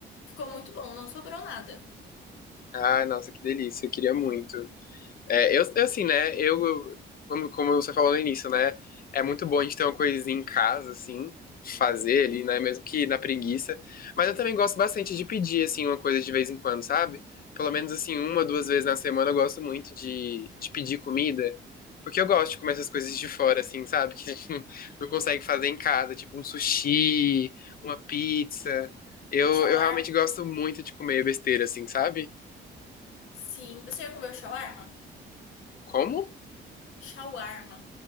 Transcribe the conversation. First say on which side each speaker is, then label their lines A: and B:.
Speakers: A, on the left (about 85°); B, on the left (about 50°).
A: Ficou muito bom, não sobrou nada.
B: Ai, nossa, que delícia, eu queria muito. É, eu, eu, assim, né, eu, eu- como, como você falou no início, né, é muito bom a gente ter uma coisinha em casa, assim, fazer ali, né, mesmo que na preguiça, mas eu também gosto bastante de pedir, assim, uma coisa de vez em quando, sabe? Pelo menos, assim, uma, duas vezes na semana eu gosto muito de, de pedir comida, porque eu gosto de comer essas coisas de fora, assim, sabe? Que a gente não, não consegue fazer em casa, tipo um sushi, uma pizza. Eu,
A: Shawarma
B: eu realmente gosto muito de comer besteira, assim, sabe?
A: Sim, você já comeu shawarma?
B: Como?
A: Shawarma.